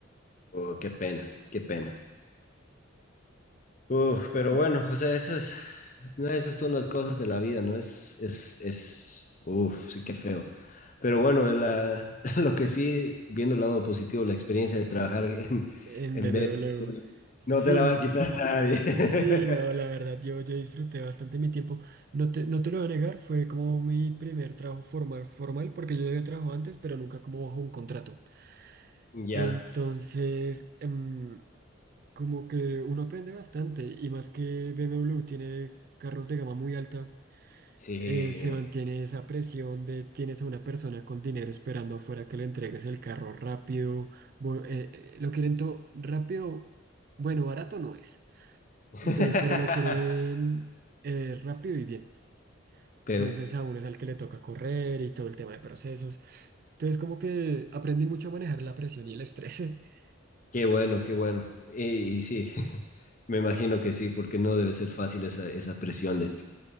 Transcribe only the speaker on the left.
Oh, qué pena. Qué pena. Uf, pero bueno, o sea, eso es, no, esas son las cosas de la vida, ¿no? Es, es, es, uf, sí que feo. Pero bueno, la, <laughs> lo que sí, viendo el lado positivo, la experiencia de trabajar en,
en
BMW,
no te la va a quitar nadie. <laughs>
Ya,
sí.
<laughs>
Pero
qué bueno, qué bueno. Y, y sí, <laughs> me imagino que sí, porque no debe ser fácil esa, esa presión de...